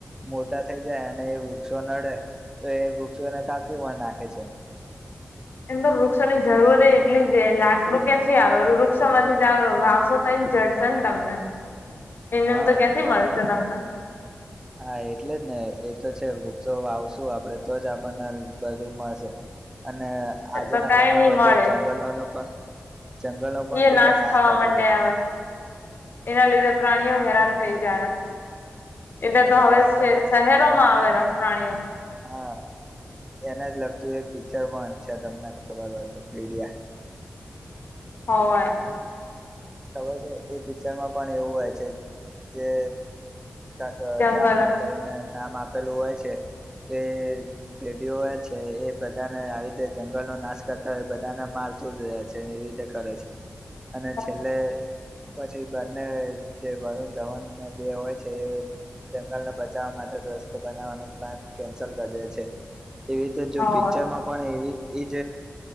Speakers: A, on the right (about 15°); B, on the left (about 55°).
A: મોટા થઈ જાય અને એ વૃક્ષો નડે તો એ વૃક્ષોને કાપી મ નાખે છે.
B: <unintelligible> એમ તો વૃક્ષોની જરૂર એટલી જ લાખ રૂપિયા થી આવેું વૃક્ષોમાંથી જ આવે વાવશો તોઈ ચડશે ને તમને નેમ
A: હા
B: તો ક્યાંથી મળશે તમને
A: હા, એટલે જ ને એ તો છે, વૃક્ષો આવશું આપણેે તો જ આપણને બધું મળશે. અને આજેના
B: એ તો કઈ
A: પ્રમાણમાં
B: નઈ મળે
A: તો જંગલોનું પણ જંગલનો પણ
B: એ
A: કેટલો
B: નાશ થવા
A: થતો
B: માંડે
A: જાય
B: આવે,
A: રહ્યો
B: એના લીધે પ્રાણીઓ હેરાન થઈ ગ એલે
A: અને
B: તો હવે
A: પાછા
B: છે.
A: બધા
B: શહેરોમાં આવેલા પ્રાણીઓ
A: હા. એને જ લગતું એક પિક્ચર પણ છે, તમને ખબર હોય તો પીડિયા.
B: હોય.
A: ખબર છે, એ પિક્ચરમાં પણ એવું હોય છે. જે કક
B: જંગલ
A: દનોવ કરીને નામ આપેલું હોય છે. કે ભેડીઓ છે, એ બધાને આવી રીતે જંગલનો નાશ કરતા હોય બધાના મારી તું જ છે ને એવી રીતે કરે છે.
B: <inaudible>
A: એટલે પછી બંને જે વરુણ ધવનને બે હોય છે. એ જંગલને બચાવવા માટે રસ્તો બનાવવાનો પ્લાન કેન્સલ કરે દેઈ છે. એવી રીતે જો
B: હોવે
A: પિક્ચરમાં પણ એવી એજ